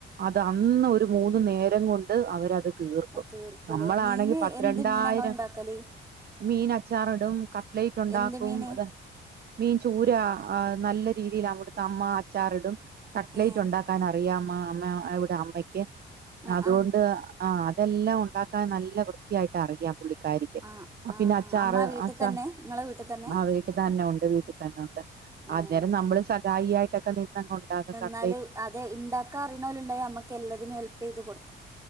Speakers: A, on the right; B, on the right.
A: അത് അന്ന് ഒരു മൂന്ന് നേരം കൊണ്ട് അവരത് തീർക്കും
B: അത് തീർക്കൂലേ
A: നമ്മളാണെങ്കി
B: മീന്
A: പത്ത്രണ്ടായിരം
B: എന്ത് മീനാ ഇങ്ങൾ ഇണ്ടാക്കല്
A: മീൻ അച്ചാറ് ടും കട്ട്ലൈറ്റ് ണ്ടാക്കും
B: എന്ത് മീന്
A: ത് മീൻ ചൂരാ ആഹ് നല്ല രീതിയില് അവ്ട്ത്തെ അമ്മ അച്ചാറ്ടും. ട്ട്ലൈറ്റുണ്ടാക്കാൻ
B: ഏഹ്
A: അറിയാ അമ്മാ അമ്മ അവ്ടെ അമ്മക്ക്
B: ആഹ്
A: അതോണ്ട്
B: ആഹ്
A: ആഹ് അതെല്ലാം ഉണ്ടാക്കാൻ നല്ല വൃത്തിയായിട്ടറിയാം പുള്ളി ക്കാരിക്ക്
B: ആഹ് ആഹ്
A: പിന്നെ അച്ചാറ്
B: അമ്മ വീട്ടിൽ
A: അച്ച
B: തന്നെ ഇങ്ങളെ വീട്ടിൽ തന്നെ
A: <unintelligible> തന്നൊണ്ട് വീട്ട് തന്നൊണ്ട്
B: ഏഹ്
A: അന്നേരം നമ്മള് സകായി ആയിട്ടൊക്കെ നിന്നങ്ങൊണ്ടാക്കും ക
B: ന്നാല് അത് ഇണ്ടാക്കാ അറീണോല് ണ്ടായ അമ്മക്കെല്ലാതിനും ഹെൽപെയ്ത് കൊട്